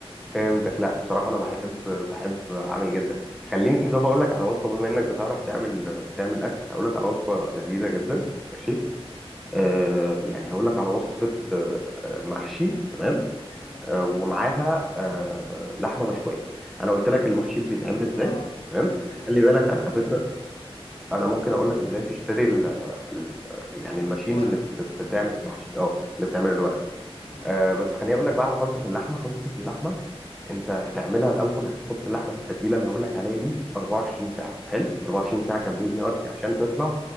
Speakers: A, in the centre; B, on the left.
A: فهمتك لا بصراحه انا بحب بحب اعمل جدا خليني طب اقول لك على وصفه بما انك بتعرف تعمل بتعمل اكل اقول لك على وصفه لذيذه جدا ماشي آه يعني هقول لك على وصفه آه، آه، محشي تمام
B: مم.
A: آه، ومعاها آه، آه، لحمه مشويه انا قلت لك المحشي بيتعمل ازاي
B: اه
A: تمام
B: قلت لي المحشي
A: خلي بالك
B: بتعمل
A: على
B: ازاي
A: فكره انا ممكن اقول لك ازاي تشتري ال ال يعني الماشين
B: الورق
A: اللي بت- بتعمل المحشي اه اللي بتعمل الورق
B: امم
A: آه بس خليني اقول لك بقى على خلطه اللحمه خلطه اللحمه انت هتعملها الاول هتحط اللحمه في التتبيله اللي هقول لك عليها دي 24 ساعه حلو 24
B: صح
A: ساعه كاملين يا ارسي عشان تطلع